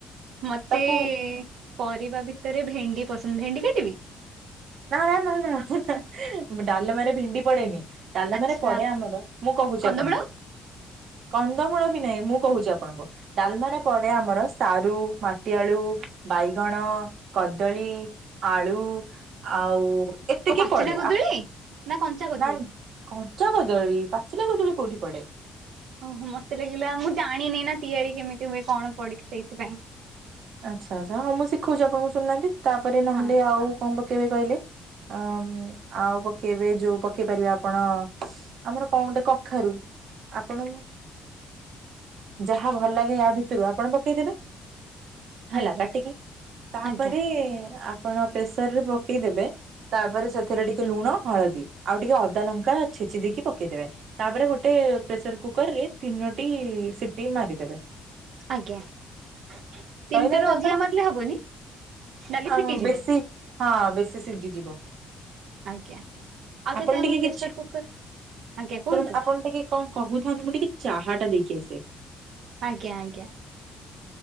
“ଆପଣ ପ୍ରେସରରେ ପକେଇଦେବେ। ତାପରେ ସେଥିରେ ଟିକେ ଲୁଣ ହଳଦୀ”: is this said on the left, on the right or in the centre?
Right